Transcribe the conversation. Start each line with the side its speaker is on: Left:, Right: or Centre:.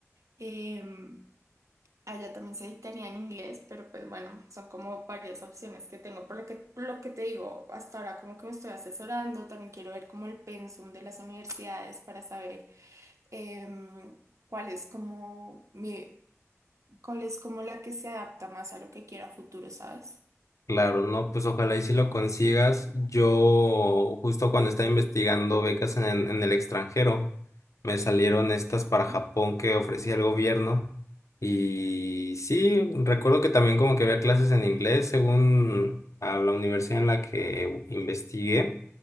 Right: Em, allá también se dictaría en inglés, pero pues bueno, son como varias opciones que tengo. Por lo que, por lo que te digo, hasta ahora como que me estoy asesorando, también quiero ver como el pensum de las universidades para saber em, cuál es como mi, cuál es como la que se adapta más a lo que quiero a futuro, ¿sabes?
Left: Claro, no, pues ojalá y si lo consigas. Yo justo cuando estaba investigando becas en, el- en el extranjero, me salieron estas para Japón
Right: Ujú.
Left: que ofrecía el gobierno. Y sí, recuerdo que también como que había clases en inglés según a la universidad en la que investigué.